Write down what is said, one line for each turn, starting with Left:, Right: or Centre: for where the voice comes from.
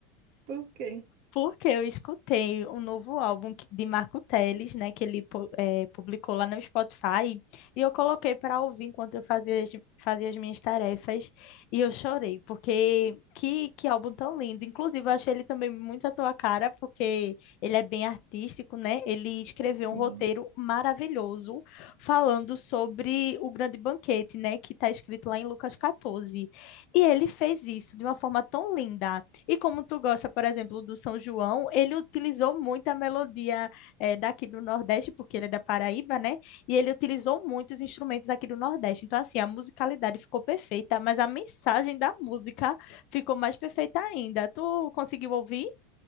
Right: por quê?
Left: Porque eu escutei um novo álbum que- de Marco Teles, né, que ele pu- eh, publicou lá no Spotify, e eu coloquei para ouvir enquanto eu fazia as, fazia as minhas tarefas, e eu chorei, porque que, que álbum tão lindo. Inclusive, eu achei ele também muito à tua cara, porque ele é bem artístico, né? Ele escreveu
Right: Sim.
Left: um roteiro maravilhoso falando sobre o grande banquete, né, que está escrito lá em Lucas 14. E ele fez isso de uma forma tão linda. E como tu gosta, por exemplo, do São João, ele utilizou muito a melodia eh, daqui do Nordeste, porque ele é da Paraíba, né? E ele utilizou muitos instrumentos aqui do Nordeste. Então, assim, a musicalidade ficou perfeita, mas a mensagem da música ficou mais perfeita ainda. Tu conseguiu ouvir?